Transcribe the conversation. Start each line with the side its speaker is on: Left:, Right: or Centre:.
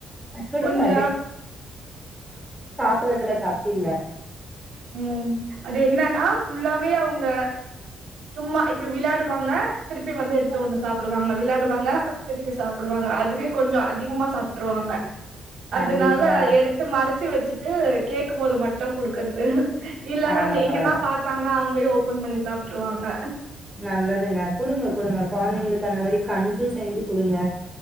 Centre: குடுங்க
Right: கொஞ்ச
Centre: ப்பிறதுல தப்பில்ல
Right: உ அது என்னன்னா ஃபுல்லாவே அவங்க சும்மா இப்டி விளாடுவாங்க திருப்பி வந்து எடுத்த ஒண்ண சாப் ப்படுவாங்க விளையாடுவாங்க திருப்பி வந்து சாப்பிடுவாங்க அது அதுவே கொஞ்ச அதிகமா சாப்ட்ருவாங்க
Centre: கண்டிப்பா
Right: அதனால எடுத்து மறச்சு வச் ச்சுட்டு கேக்கும் போது மட்டு குடுக்கற்து <unintelligible> இல்லனா
Centre: பரவால்ல
Right: எங்கன்னா
Centre: பரவால்ல
Right: பாத்தாங்கன்னா அங் ஓபன் பண்ணி சாப்டுருவாங்க
Centre: நல்லதுங்க குடுங்க குடுங்க குழந்தைங்களுக்கு அந்த மாரி கஞ்சு செஞ்சு குடுங்க